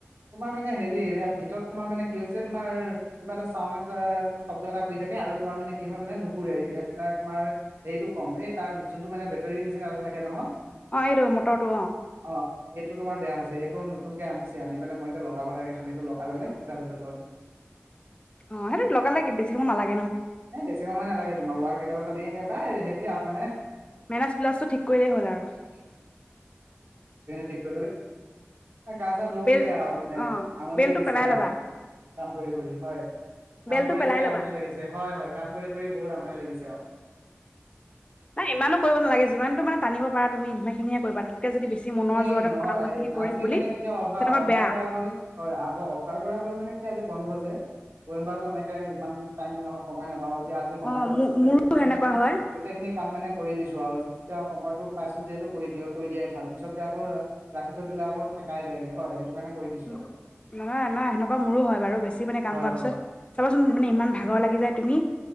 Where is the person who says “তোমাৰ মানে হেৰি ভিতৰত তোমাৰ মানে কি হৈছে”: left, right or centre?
Right